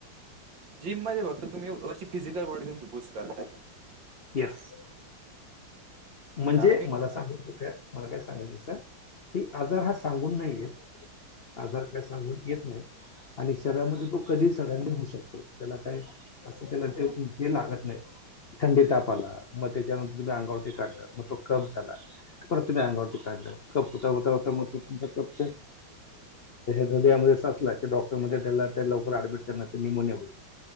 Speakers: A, on the right (about 65°); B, on the left (about 65°).
A: जिम मध्ये फक्त तुम्ही अशी फिजिकल बॉडी तुमची बूस्ट करताय.
B: येस. म्हणजे
A: कारण मी
B: मला सांगायचं का मला काय सांगायचं अस की आजार हा सांगून नाही येत. आजार काय सांगून येत नाही. आणि शरीरामध्ये तो कधी सडनली होऊ शकतो त्याला काय असं त्याला ते हे लागत नाही थंडी ताप आला मग त्याच्यानंतर त अंगावर काढलं मग तो कप झाला परत तुम्ही अंगावरती काढलं कप होता होता होता मग तुमच्या कप ह्यामध्ये सचला की डॉक्टर मध्ये त्याला लवकर ऍडमिट कर निमोनिया होईल.